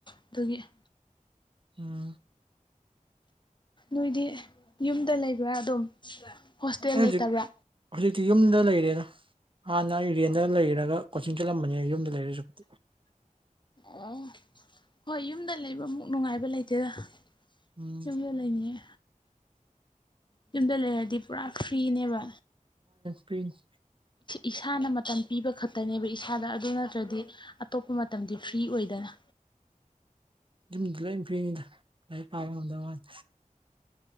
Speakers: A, on the left (about 35°); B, on the right (about 40°).
A: ꯑꯗꯨꯒꯤ <inaudible>
B: ꯎꯝ
A: ꯅꯣꯏꯗꯤ ꯌꯨꯝꯗ ꯂꯩꯕ꯭ꯔꯥ ꯑꯗꯨꯝ ꯍꯣꯁꯇꯦꯜ
B: ꯑꯩ ꯍꯧꯖꯤꯛ
A: ꯂꯩꯇꯕ꯭ꯔꯥ
B: ꯍꯧꯖꯤꯛꯇꯤ ꯌꯨꯝꯗ ꯂꯩꯔꯦꯗ ꯍꯥꯟꯅ ꯑꯦꯔꯤꯌꯥꯦꯟꯗ ꯂꯩꯔꯒ ꯀꯣꯆꯤꯡ ꯆꯠꯂꯝꯕꯅꯦ ꯌꯨꯝꯗ ꯂꯩꯔꯦꯁꯨꯛꯄꯤ
A: ꯑ ꯍꯣꯏ ꯌꯨꯝꯗ ꯂꯩꯕ ꯑꯃꯨꯛ ꯅꯨꯡꯉꯥꯏꯕ ꯂꯩꯇꯦ ꯑꯗꯨꯒ
B: ꯎꯝ
A: ꯏꯃ ꯂꯩꯅꯤꯦ ꯌꯨꯝꯗ ꯂꯩꯔꯗꯤ ꯄꯨꯔꯥ ꯐ꯭ꯔꯤꯅꯦꯕ
B: ꯄꯔꯤꯤꯟꯁ
A: ꯏꯁꯥꯅ ꯃꯇꯝ ꯄꯤꯕ ꯈꯛꯇꯅꯦꯕ ꯏꯁꯥꯗ ꯑꯗꯨ ꯅꯠꯇ꯭ꯔꯗꯤ ꯑꯇꯣꯞꯄ ꯃꯇꯝꯗꯤ ꯐ꯭ꯔꯤ ꯑꯣꯏꯗꯅ
B: ꯌꯨꯝꯗꯨ ꯂꯥꯏ ꯐꯤꯔꯤꯅꯤꯗ ꯂꯥꯏꯔꯤꯛ ꯄꯥꯕ ꯉꯝꯗꯕꯅꯤ